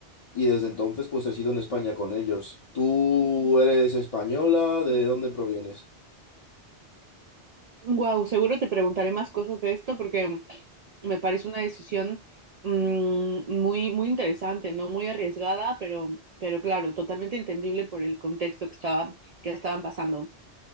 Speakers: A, on the left; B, on the right.
A: Y desde entonces, pues he sido en España con ellos. ¿Tú eres española? ¿De dónde provienes?
B: Wow, seguro te preguntaré más cosas de esto porque me parece una decisión mm, muy, muy interesante, no muy arriesgada, pero, pero claro, totalmente entendible por el contexto que estaba, que estaban pasando.